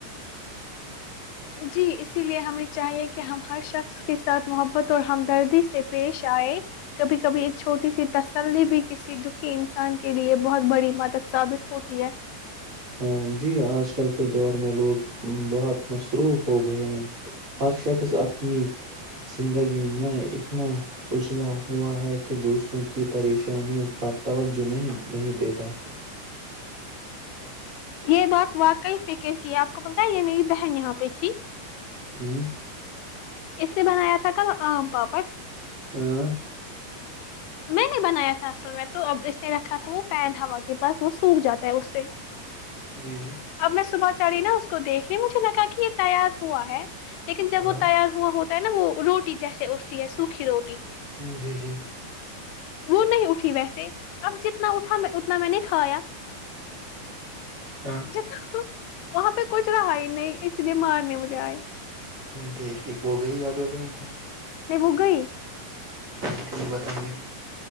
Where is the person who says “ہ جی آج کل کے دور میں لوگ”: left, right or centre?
Right